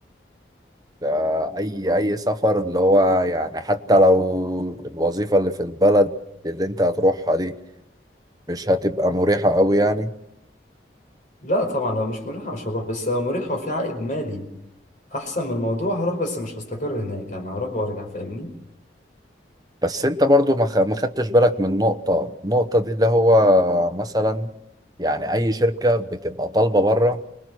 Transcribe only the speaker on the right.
ده اي اي سفر اللي هو يعني حتى لو الوظيفة اللي في البلد اللي انت هتروحها دي مش هتبقى مريحة قوي يعني
بس انت برضو ما خ- ما خدتش بالك من نقطة النقطة دي اللي هو مثلا يعني اي شركة بتبقى طالبة بره